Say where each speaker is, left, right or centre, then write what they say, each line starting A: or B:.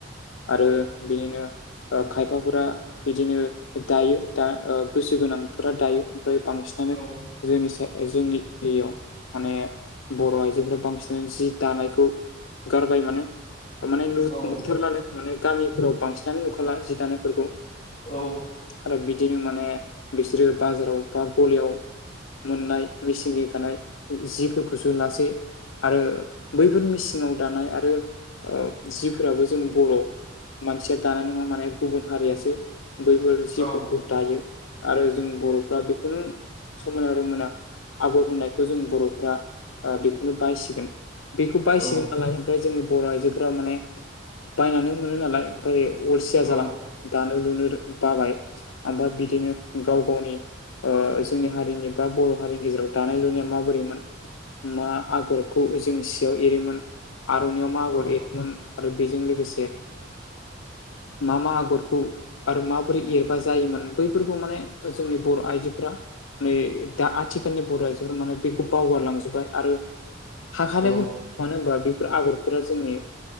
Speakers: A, on the left (about 85°); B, on the left (about 35°).
A: आरो बिनिनो खायफाफोरा बिदिनो दायो दा गोसो गोनांफोरा दायो ओमफ्राय बांसिन
B: औ
A: जोंनि जोंनि एरिायाव माने बर' आइजोफोरा बांसिन जि दानायखौ गारबाय माने माने नुथारलानो
B: औ
A: माने गामिफ्राव बांसिनानो नुखाला जि दानायफोरखौ
B: औ ।
A: आरो बिदिनो माने बिसोरो बाजाराव बा गलियाव मोननाय मेसें थानाय जिफोरखौसो लासै आरो बैफोर मिसिङाव दानाय आरो जिफोराबो जों बर' मानसिया दानाय नङा माने गुबुन हारियासो बैफोर जिफोरखौ
B: औ
A: दायो आरो जों बर'फ्रा बेखौनो समायना रमायना आगर होनायखौ जों बर'फ्रा ओ- बेखौनो बायसिगोन बेखौ बायसिगोन
B: औ
A: नालाय ओमफ्राय जोंनि बर' आइजोफोरा माने बायनानै मोनो नालाय ओमफ्राय अलसिया
B: औ
A: जालां दानो लुनो बाबाय ओमफ्राय बिदिनो गाव गावनि जोंनि हारिनि बा बर' हारिनि गेजेराव दानाय लुनाया माबोरैमोन मा आगरखौ जों सियाव एरोमोन आर'नायइयाव मा
B: औ
A: आगर एर आरो बेजों लोगोसे मा मा आगरखौ आरो माबोरै एरबा जायोमोन बैफोरखौ माने जोंनि बर' आइजोफ्रा मै दा आथिखालनि बर' आइजोफोरा माने बेखौ बावगारलांजोबबाय आरो हाखार
B: औ
A: मानो होनबा बेफोर आगरफोरा जोंनि